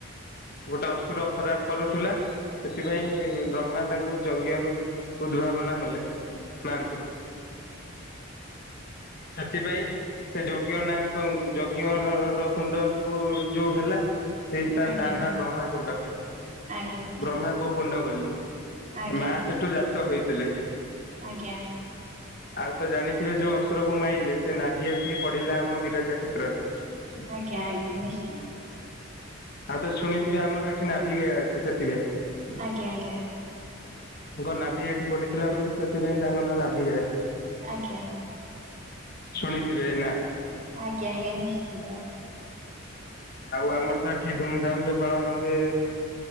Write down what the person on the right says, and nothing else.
ଆଜ୍ଞା
ଆଜ୍ଞା ଆଜ୍ଞା ଆଜ୍ଞା ଆଜ୍ଞା
ଆଜ୍ଞା ଆଜ୍ଞା।
ଆଜ୍ଞା।
ଆଜ୍ଞା ଆଜ୍ଞା ନିଶ୍ଚିନ୍ତ।
ଆଜ୍ଞା ଆଜ୍ଞା।
ଆଜ୍ଞା।
ଆଜ୍ଞା ଆଜ୍ଞା ନିଶ୍ଚିନ୍ତ।